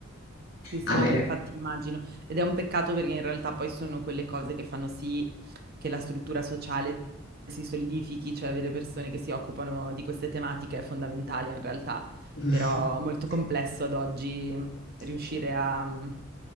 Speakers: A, on the right; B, on the left.
A: Sì, sì,
B: A
A: no,
B: me...
A: ma infatti immagino. Ed è un peccato perché in realtà poi sono quelle cose che fanno sì che la struttura sociale si solidifichi, cioè avere persone che si occupano di queste tematiche è fondamentale in realtà,
B: <laughs>
A: però molto complesso ad oggi riuscire a mm,